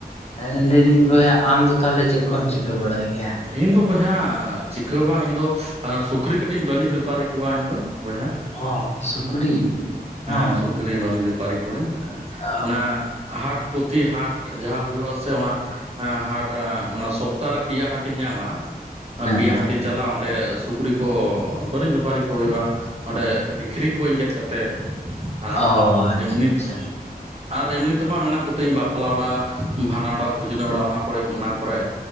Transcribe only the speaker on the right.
ᱤᱧ ᱫᱚ ᱵᱚᱭᱦᱟ ᱪᱤᱠᱟᱹ ᱵᱟᱝ ᱤᱧ ᱫᱚ ᱥᱩᱠᱨᱤ ᱠᱟᱹᱴᱤᱡ ᱤᱧ ᱵᱟᱹᱱᱤᱡᱽ ᱵᱮᱯᱟᱨᱤ ᱠᱚᱣᱟ ᱤᱧ ᱫᱚ ᱵᱚᱭᱦᱟ
ᱦᱮᱸ
ᱥᱩᱠᱨᱤ ᱵᱟᱹᱱᱤᱡᱽ ᱵᱮᱯᱟᱨᱤ ᱠᱚᱣᱟᱹᱧ
ᱚᱱᱟ ᱦᱟᱴ ᱯᱩᱛᱤ ᱦᱟᱴ ᱡᱟᱦᱟᱸ ᱦᱩᱭᱩᱜᱼᱟ ᱥᱮ ᱚᱱᱟ ᱦᱟᱴ ᱥᱚᱯ ᱼᱼ ᱥᱚᱯᱛᱟ ᱨᱮ ᱯᱮᱭᱟ ᱦᱟᱴᱤᱧ ᱧᱟᱢᱟ ᱯᱮᱭᱟ
ᱦᱟᱴ ᱛᱤᱧ ᱪᱟᱞᱟᱜᱼᱟ ᱚᱸᱰᱮ ᱥᱩᱠᱨᱤ ᱠᱚ ᱵᱟᱹᱨᱤᱡ ᱵᱮᱯᱟᱨᱤ ᱠᱚ ᱦᱩᱭᱩᱜᱼᱟ ᱚᱸᱰᱮ ᱟᱹᱠᱷᱨᱤᱧ ᱠᱩᱣᱟᱹᱧ ᱜᱮᱫ ᱠᱟᱛᱮᱫ ᱟᱨ
ᱮᱢᱱᱤ
ᱟᱨ ᱮᱢᱱᱤ ᱛᱮᱢᱟ ᱢᱮᱱᱟᱜ ᱠᱚᱛᱤᱧ ᱵᱟᱯᱞᱟ ᱚᱲᱟᱜ ᱵᱷᱟᱰᱟᱱ ᱚᱲᱟᱜ ᱵᱷᱩᱡᱽᱱᱟᱹ ᱚᱲᱟᱜ ᱚᱱᱟ ᱠᱚᱨᱮ ᱚᱱᱟ ᱠᱚᱨᱮ